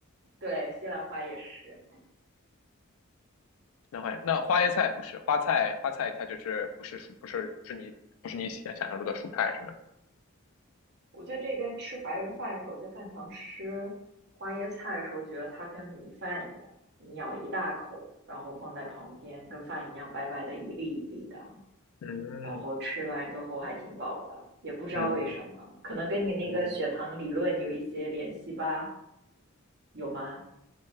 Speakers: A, on the right (about 50°); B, on the left (about 70°).
A: 对，西兰花也是。
B: 兰花？那花椰菜不是花菜，花菜它就是不是蔬，不是不是你不是你想想象中的蔬菜是吗？
A: 我在这边吃白人饭的时候，在饭堂吃花椰菜的时候，觉得它跟米饭一样，你咬一大口，然后放在旁边，跟饭一样白白的一粒一粒的，
B: 嗯
A: 然后吃完之后还挺饱的，也不知道为什么，
B: 嗯
A: 可能跟你那个血糖理论有一些联系吧？
B: 嗯，
A: 有吗？